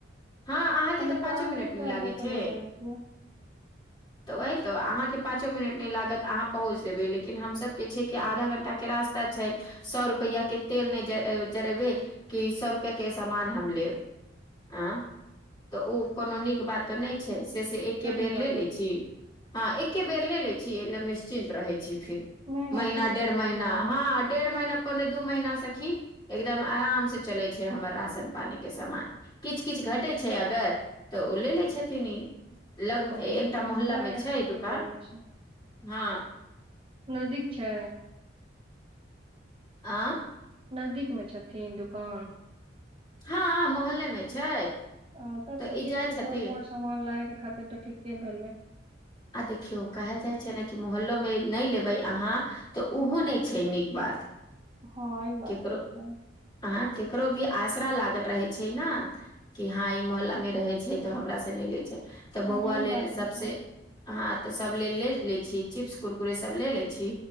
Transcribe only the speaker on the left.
हँ अहाँके
तऽ पाँचो
मिनट नय
लागै छै
तऽ वही तो अहाँके पाँचो मिनट नय लागत अहाँ पहुँच जेबै लेकिन हमसभ के छै कि आधा घंटा के रास्ता छै सौ रुपैया के तेल नइ जरेबै कि सौ रुपआ के सामान हम लेब आँ तऽ ओ कोनो नीक बात नहि छै से से एके
बेर
ले लेइ छी हँ एके बेर ले लेइ छी एकदम निश्चिन्त रहै छी फिर
महिना
डेढ़
महीना
ह डेढ़ महीना पने दू महिना सखी एगदम आराम से चलै छै हमर राशन पानी के सामान किछ किछ घटै छै अगर तऽ ओ ले लै छथिन ई लग
म एकटा मोहल्ला
मे छै
दुकान
हँ
आ
हँ मोहल्ले मे छै
ई
जाइ
छथिन
आ देखियौ कहल जाइ छै ने कि मोहल्लो मे नइ लेबै अहाँ तऽ ओहो नय छै नीक बात <unintelligible>
केकरो
अहाँ केकरो भी आसरा लागल रहे छै न कि हँ ई मोहल्ला मे रहै छै त हमरा से नइ लै छै तऽ
बौआ
लेल
सबसे
ह तऽ सभ ले लै छी चिप्स कुरकुरे सभ ले लै छी